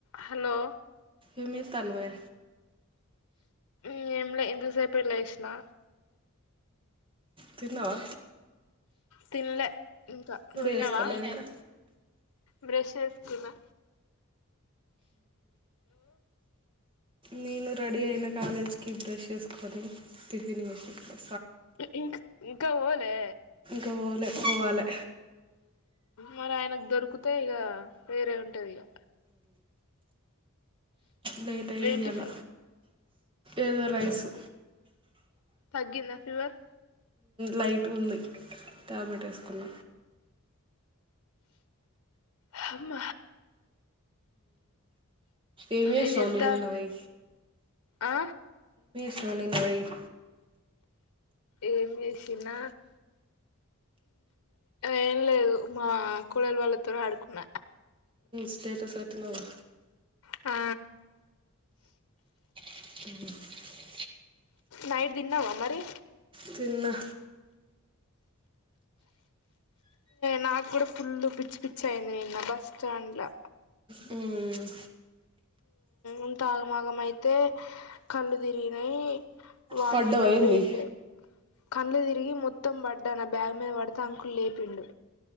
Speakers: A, on the left; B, on the right.
A: Hello
B: ఏమిచేస్తున్నావే?
A: ఏం లే ఇంతసేపే లేసినా
B: తిన్నవా
A: తినలే ఇంకా నువు తన్నావా
B: చేసుకోలే ఇంకా
A: బ్రష్ చేస్తున్నా
B: నేను రెడీ అయినా కాలేజ్ కి బ్రష్ చేసుకొని టిఫిన్ చేసా
A: ఇంకా ఇంకా పోలే
B: పోవాల పోవాలి
A: మరి ఆయనకు దొరికితే, ఇక వేరే ఉంటది. ఇక
B: లేట్ అయింది
A: ఏం
B: ఇయ్యాల
A: టిఫిన్
B: ఏదో రైసు
A: తగ్గిందా ఫీవర్
B: లైట్గా ఉంది ట్యాబ్లెట్ వేసుకున్న.
A: హమ్మ
B: ఏంచేసినావు
A: ఏం చెత్తాంది
B: నిన్న పోయి
A: ఆ
B: శునిన్ై <unintelligible>
A: ఏమి చేసినా ఏం లేదు మా కోడలు వాళ్ళతో ఆడుకున్న
B: స్టేటస్ పెట్న్నావా
A: ఆ
B: <inaudible>
A: నైట్ తిన్నావా మరి
B: తిన్నా
A: నాకు కూడా ఫుల్ పిచ్చి పిచ్చి అయింది నిన్న బస్టాండ్లో.
B: హ్మ్
A: అంతా ఆగమాగమ అయితే కళ్ళు తిరిగినాయి వాటర్లువు
B: పడ్డవైంది
A: ఏం లేవు. కళ్డ్లు తిరిగి మొత్తం పడ్డా. నా బ్యాగ్ మీద పడితే అంకులు లేపిండు.